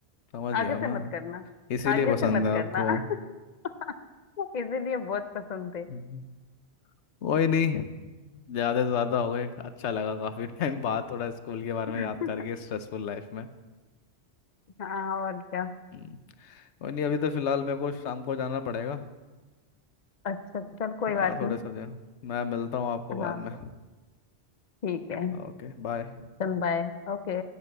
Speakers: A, on the left (about 85°); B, on the left (about 45°).
A: समझ गया
B: आगे से
A: मैं
B: मत करना
A: इसीलिए
B: आगे
A: पसंद
B: से मत
A: है आपको
B: करना <laughs> इसीलिए बहुत पसंद थे
A: हम्म। कोई नहीं ज्यादा से ज्यादा हो गए अच्छा लगा काफी टाइम बाद थोड़ा स्कूल के बारे
B: <laughs>
A: में याद करके स्ट्रेसफुल लाइफ में
B: हाँ और क्या
A: हम्म, कोई नहीं अभी तो फिलहाल मेरे को शाम को जाना पड़ेगा
B: अच्छा चल कोई
A: हाँ
B: बात
A: थोड़े
B: नहीं
A: से मैं मिलता हूँ आपको बाद
B: हाँ
A: में
B: ठीक है
A: Okay bye
B: चल बाय ओके